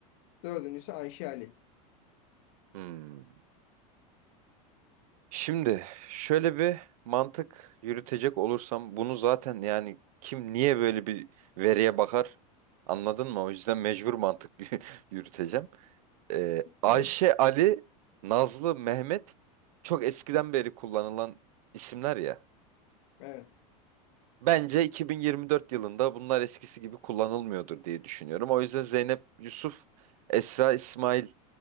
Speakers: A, on the left; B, on the right.
A: Dördüncüsü Ayşe Ali.
B: Hmm. Şimdi şöyle bir mantık yürütecek olursam bunu zaten yani kim niye böyle bir veriye bakar anladın mı? O yüzden mecbur mantık <laughs> yürüteceğim. Ee, Ayşe,
A: Evet.
B: Ali, Nazlı, Mehmet çok eskiden beri kullanılan isimler ya.
A: Evet.
B: Bence 2024 yılında bunlar eskisi gibi kullanılmıyordur diye düşünüyorum. O yüzden Zeynep Yusuf, Esra İsmail